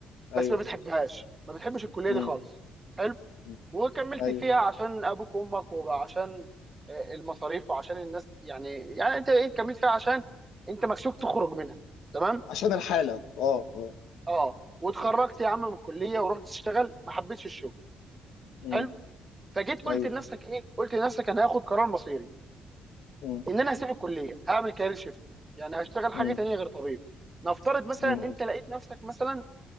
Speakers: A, on the right; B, on the left.
A: بس
B: ايوه
A: ما بتحبهاش ما بتحبش الكليه
B: م-
A: دي خالص حلو
B: م.
A: وكملت
B: ايوه
A: فيها عشان ابوك وامك وعشان آه، المصاريف وعشان الناس يعني يعني انت ايه كملت فيها عشان انت مكسوف تخرج
B: م.
A: منها تمام
B: عشان الحالة اه اه
A: اه واتخرجت يا عم من الكليه ورحت اشتغل ما حبيتش الشغل
B: م.
A: حلو فجيت قلت
B: ايوه
A: لنفسك ايه قلت لنفسك انا هاخد قرار مصيري
B: م-
A: ان انا هسيب الكليه هعمل كارير شيفت يعني هشتغل حاجه
B: م.
A: تانية غير طبيب نفترض مثلا
B: م.
A: ان انت لقيت نفسك مثلا